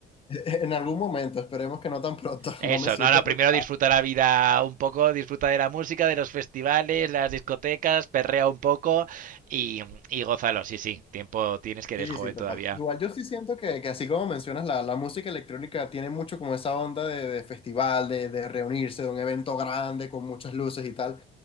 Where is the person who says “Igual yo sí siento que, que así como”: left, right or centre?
Left